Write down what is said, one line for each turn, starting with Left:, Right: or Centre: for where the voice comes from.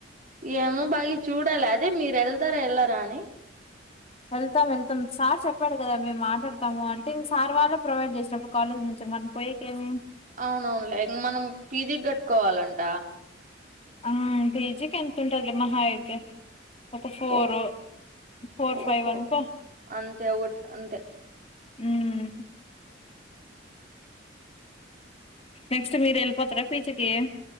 Right: ఏమో బాగి చూడాలె అదే మీరు వెళ్తారా వెళ్ల రా అని
Left: వెళ్తాం వెళ్తాం సార్ చెప్పాడు కదా మేము మాట్లాడతాము అంటే ఇంక సార్ వాళ్ళు ప్రొవైడ్ చేసినప్పుడు కాలేజ్ నుంచి మనం పోయేకేమి
Right: అవునవునులే ఇంక మనం పీజీ క్ కట్టుకోవాలంట
Left: ఆ పేజీక్ ఎంత ఉంటది మహా అయితే ఒక ఫోర్
Right: ఒ
Left: ఫోర్
Right: ఓహో
Left: ఫైవ్ అనుకో
Right: అంతే ఒకటి అంతే
Left: ఉమ్ నెక్స్ట్ మీరెళ్ళిపోతార పీజీకి